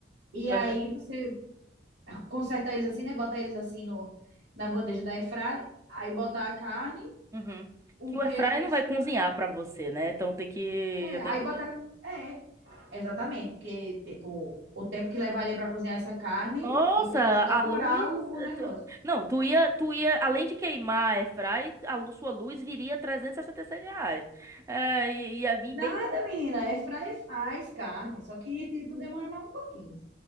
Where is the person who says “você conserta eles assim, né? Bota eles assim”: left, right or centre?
Right